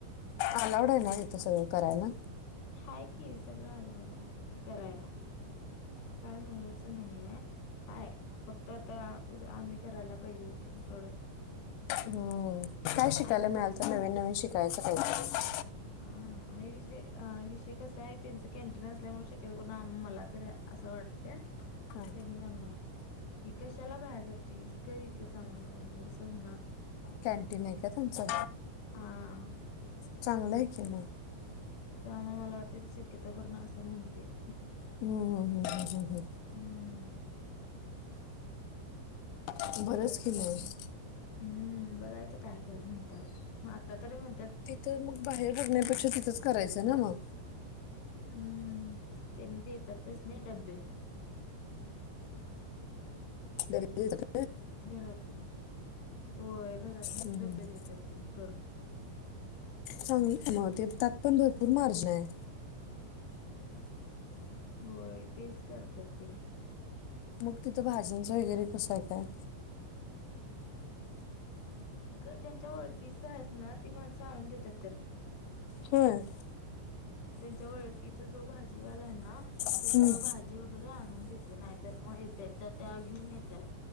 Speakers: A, on the left; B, on the left.
A: आलाउड आहे ना इथं सगळं करायला?
B: हाकी सगळं अलाउड आहे करायला काय नाही असं नाही आहे हाय फक्त आता आम्ही करायला पाहिजे उठून एवढंच,
A: हम्म. काय शिकायला
B: असं
A: मिळाल
B: पण
A: तर नवीन नवीन शिकायचं काहीतरी
B: हा आणि विषय विषय कसा आहे त्यांचं कॅन्टीन असल्यामुळेणून शक्यता करून आम्हाला तर, असं वाटत
A: हां
B: त्यांनी म्हणणार की कशाला बाहेर जातेस करीतच आम्हाला मदत असं होणार,
A: कॅनटीन आहे का त्यांचं.
B: हा
A: चांगलंय कि म.
B: त्यामुळे मला वाटते शक्यतो करुन असं म्हणतील.
A: हम्म हम्म हम्म हम्म.
B: हम्म
A: हम्म. बरंच
B: बघायचं
A: की
B: काय
A: मग
B: हम्म. बघायच काय म्हणतात आता तर म्हण
A: तिथं मग बाहेर बघण्यापेक्षा तिथंच करायचं ना म.
B: हम्म त्यांनी ते ततच नाही डब्बे.
A: दरी <unintelligible>
B: घरातन होय घरातनच
A: हम्म,
B: डबे
A: हम्म.
B: देतात त्यांनी करून.
A: चांगली म ते त्यात पण भरपूर मार्जिन आहे.
B: होय तेच करतात त्यानी
A: मग तिथं भाज्यांचं वगैरे कसं आहे काय?
B: त्यांच्या ओळखीच आहेत ना ती माणसं आणून देतात त्यांना.
A: होय.
B: त्यांच्या वळकीचा जो भाजीवाला आहे ना ते
A: हम्म,
B: सगळं भाजी वगैरे आन म्हून देते नाहीतर मग येत तर त्या घेऊन येतात.